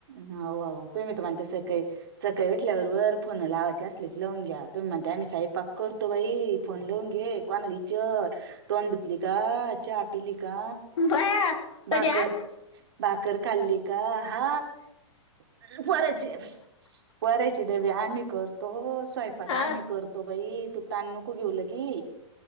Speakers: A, on the right; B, on the left.
A: हो तुम् मी तर म्हणते सकाळी सकाळी उठल्याबरोबर फोन लावायचे असलेत लावून घ्या तु म्हणते आम्ही स्वय पाक करतो बाई फोन लावून घे. कोणा ला इचर तोंड धुतली का? चहा पिली का?
B: बया कधी
A: भाकरर
B: आज
A: भाकर खाल्ली का? हा <unintelligible> पोरायचे डबे आम्ही करतो. स्वयंपाक
B: हा
A: आम्ही करतो बाई. तू ताण नको घेऊ लगी.